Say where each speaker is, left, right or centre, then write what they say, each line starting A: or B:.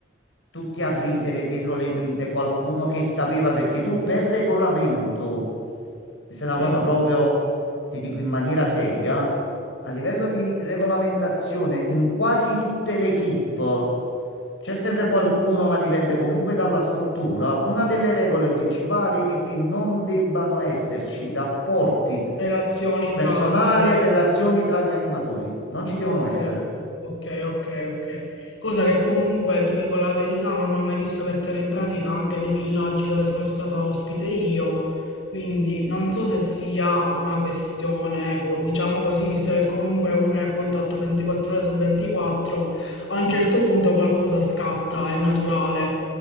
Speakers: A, on the left; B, on the left.
A: tutti a ridere dietro le quinte, qualcuno che sapeva perché tu per regolamento, questa è una
B: Sì,
A: cosa proprio, ti dico in maniera seria, a livello di regolamentazione in quasi tutte le equip c'è sempre qualcuno,
B: mh,
A: ma dipende comunque dalla struttura. Una delle regole principali è che non debbano esserci rapporti
B: relazioni
A: personali
B: tra colleghi.
A: e relazioni tra gli animatori, non ci devono
B: Ok,
A: essere.
B: ok, ok, ok. Cosa che comunque ti dico la verità, non ho mai visto mettere in pratica anche nei villaggi dove sono stata ospite io, quindi non so se sia una questione, co- diciamo così, visto che comunque uno è a contatto 24 ore su 24, a un certo punto qualcosa scatta, è naturale.